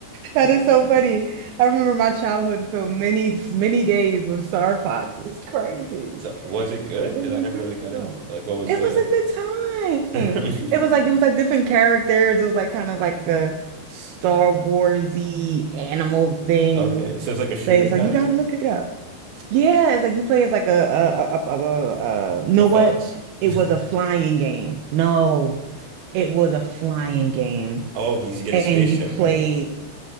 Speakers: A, on the right; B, on the right.
A: That
B: <laughs>
A: is so funny. I remember my childhood filled many, many days with Star Fox. It's crazy.
B: So was it good?
A: It
B: Because
A: was
B: I
A: a
B: never
A: good
B: really
A: time.
B: got into it. Like, what was
A: It
B: the
A: was a good
B: <laughs>
A: time. It was like it was like different characters. It was like kind of like a Star Warsy animal thing.
B: Okay, so it's like a shooter
A: But it's
B: kind
A: like you gotta
B: of
A: look it up. Yeah, it's like you play as like a a a, a, a, a- you know
B: a fox.
A: what? It
B: <laughs>
A: was a flying game. No, it was a flying game,
B: Oh, because you get
A: and
B: a spaceship,
A: you played
B: right?